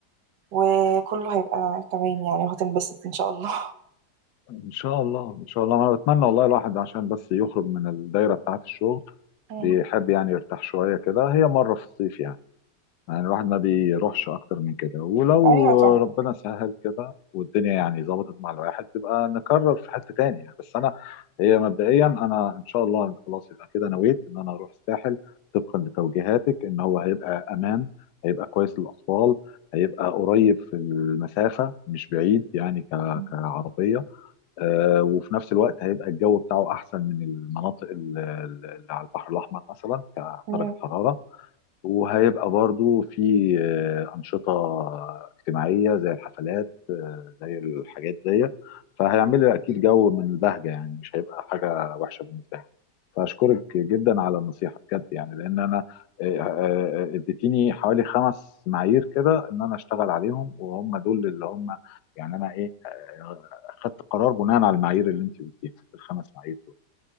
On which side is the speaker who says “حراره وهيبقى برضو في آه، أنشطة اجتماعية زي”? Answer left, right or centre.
Left